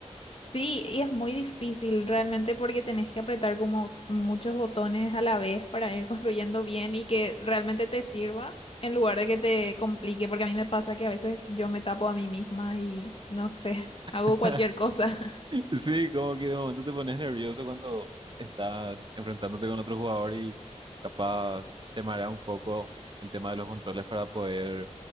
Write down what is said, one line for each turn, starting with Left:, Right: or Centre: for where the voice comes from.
Left: Sí, y es muy difícil realmente porque tenés que apretar como muchos botones a la vez para ir construyendo bien y que realmente te sirva en lugar de que te complique, porque a mí me pasa que a veces yo me tapo a mí misma y no sé, <laughs> hago
Right: <laughs>
Left: cualquier cosa.
Right: Sí, como que de momento te pones nervioso cuando estás enfrentándote con otro jugador y capaz te marea un poco el tema de los controles para poder